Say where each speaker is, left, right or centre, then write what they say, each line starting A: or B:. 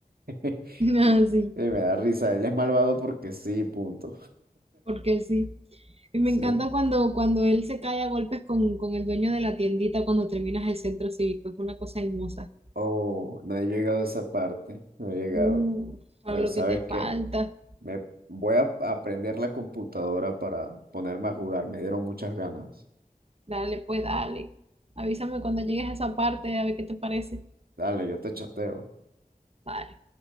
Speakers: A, on the right; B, on the right.
A: <laughs>
B: <laughs>
A: Y
B: Así,
A: me da risa, él es malvado porque sí, punto.
B: porque sí. Y me
A: Sí.
B: encanta cuando, cuando él se cae a golpes con, con el dueño de la tiendita cuando terminas el centro cívico. Es una cosa hermosa.
A: Oh, no he llegado a esa parte, no he llegado.
B: Uh, Pablo,
A: Bueno, ¿sabes
B: qué te
A: qué?
B: falta.
A: Me voy a aprender la computadora para ponerme a jugar. Me dieron muchas ganas.
B: Dale, pues dale. Avísame cuando llegues a esa parte a ver qué te parece.
A: Dale, yo te chateo.
B: Vale.